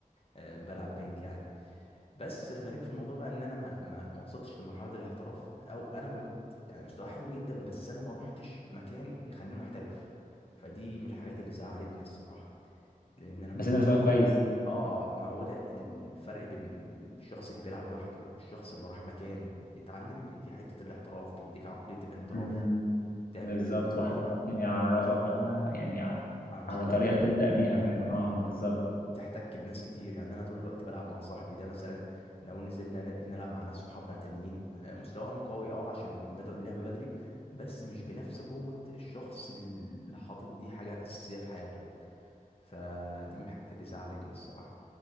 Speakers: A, on the left (about 40°); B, on the left (about 85°).
A: آه، بلعب بنج يعني بس الغريب في الموضوع بقى ان انا ما ما ما وصلتش لمرحله الاحتراف او انا كنت يعني مستواي حلو جدا بس انا ما روحتش مكان يخليني محترف فدي من الحاجات اللي زعلتني الصراحه لان انا كنت
B: بس انت
A: شايف
B: مستواك كويس
A: اه اه ما هو ده الفرق بين الشخص اللي بيلعب لوحده والشخص اللي راح مكان اتعلم يجي حته الاحتراف بيديك عقليه الاحتراف
B: امم
A: تعمل
B: بالظبط
A: ايه في الموقف
B: وحتى ممكن يعرفك على يعني ع-
A: على مستويات
B: على طريقه تبدا بيها فاهم اه
A: اه
B: بالظبط
A: و- وبتحتك بناس كتير يعني انا طول الوقت بلعب مع صاحبي ده مثلا لو نزلنا ن- بنلعب مع ناس صحابنا تانيين آه، مستواهم قوي اه عشان بدأوا اللعبة بدري بس مش بنفس قوة الشخص اللي حاطط دي حاجة أساسية في حياته فدي من الحاجات اللي زعلتني الصراحة